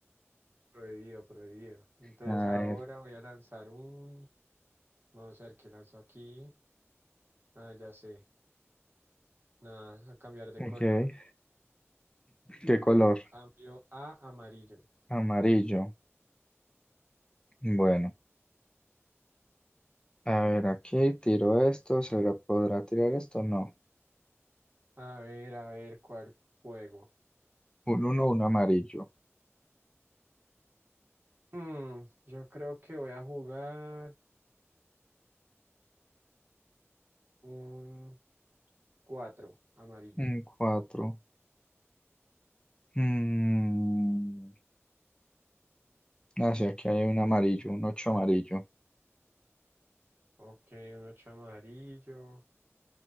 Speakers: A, on the right; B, on the left.
A: Prohibido, prohibido. Entonces
B: A
A: ahora
B: ver,
A: voy a lanzar un... Vamos a ver qué lanzo aquí. Ah, ya sé. Nada, a cambiar de
B: ok.
A: color.
B: ¿Qué color?
A: Cambio a amarillo.
B: Amarillo. Bueno, a ver, aquí tiro esto, ¿se lo podrá tirar esto? No.
A: A ver, a ver cuál juego.
B: Un uno, un amarillo.
A: Mm, yo creo que voy a jugar un 4 amarillo.
B: Un 4, Mm. Ah, sí, aquí hay un amarillo, un 8 amarillo.
A: Ok, un 8 amarillo.